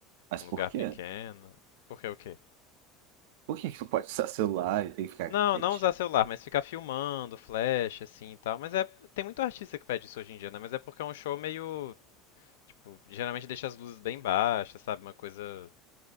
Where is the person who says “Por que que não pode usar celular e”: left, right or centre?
Right